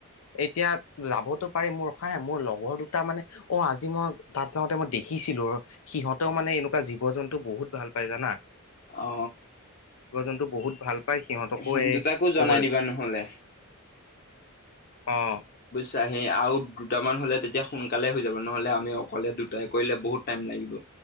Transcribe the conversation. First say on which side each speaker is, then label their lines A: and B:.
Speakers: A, on the left; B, on the left.
A: এতিয়া, যাবতো পাৰি মোৰ ৰখা হা মোৰ লগৰ দুটা মানে অ' আজ জি মই তাত যাওঁতে মই দেখিছিলোঁ ৰ সিহঁতেও মানে এনেকুৱা জীৱ জন্তু বহুত ভাল পায় জানা।
B: অ
A: জীৱ জন্তু বহুত ভাল পায় সিহঁতকো
B: এহেঁত
A: এই
B: দুটাকো জনাই
A: ক'বলে
B: দিবা নহ'লে।
A: অ'।
B: <unintelligible> আৰু দুটামান হ'লে তেতিয়া সোনকালে হৈ যাব নহ'লে আমি অকলে দুটাই কৰিলে বহুত টাইম লাগিব।